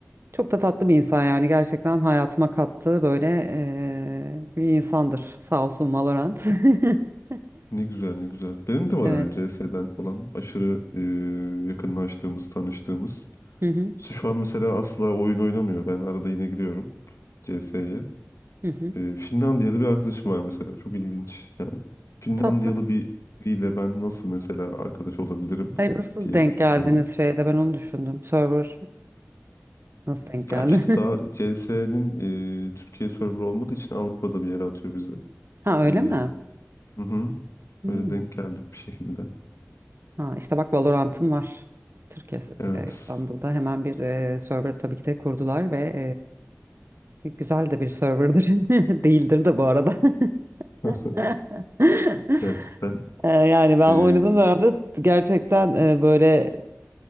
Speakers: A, on the right (about 55°); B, on the left (about 80°).
A: Çok da tatlı bir insan yani gerçekten hayatıma kattığı böyle eee, bir insandır. Sağ olsun Valorant. <laughs>
B: Ne güzel ne güzel. Benim de var
A: Evet.
B: öyle CS'den falan aşırı e, yakınlaştığımız, tanıştığımız.
A: Hı hı.
B: Şu an mesela asla oyun oynamıyor. Ben arada yine giriyorum CS'ye.
A: Hı hı.
B: E, Finlandiyalı bir arkadaşım var mesela. Çok ilginç. Yani Finlandiyalı
A: Tatlı.
B: bir- biriyle ben nasıl mesela arkadaş olabilirim
A: Hayır, nasıl
B: diye
A: denk
B: düşünüyorum.
A: geldiniz şeyde ben onu düşündüm. Server nasıl denk geldi?
B: Ya işte daha
A: <laughs>
B: CS'nin Türkiye server olmadığı için Avrupa'da bir yere atıyor bizi.
A: Ha öyle
B: E,
A: mi?
B: hı hı.
A: Hmm.
B: Böyle denk geldik bir şekilde.
A: Ha, işte bak Valorant'ım var. Türkiye'de
B: Evet.
A: İstanbul'da hemen bir e, server tabii ki de kurdular ve e, güzel de bir serverdir. <laughs> Değildir de bu arada.
B: <laughs>
A: <laughs>
B: Gerçekten
A: E, yani ben
B: Ee,
A: oynadığım dönemde gerçekten e, böyle